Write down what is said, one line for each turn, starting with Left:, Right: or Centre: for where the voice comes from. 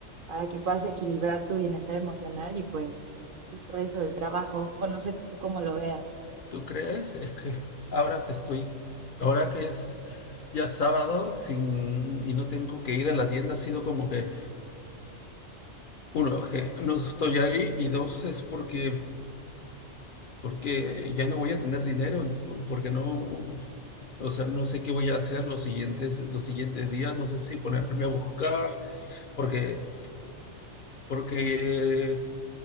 Right: para que puedas equilibrar tu bienestar emocional y pues justo eso, el trabajo, o no sé tú cómo lo veas.
Left: ¿Tú crees? Es que ahora que estoy, ahora que es ya sábado sin, y no tengo que ir a la tienda, ha sido como que, uno, que no estoy ahí y dos, es porque, porque ya no voy a tener dinero, porque no, o sea, no sé qué voy a hacer los siguientes, los siguientes días, no sé si ponerme a buscar, porque, porque,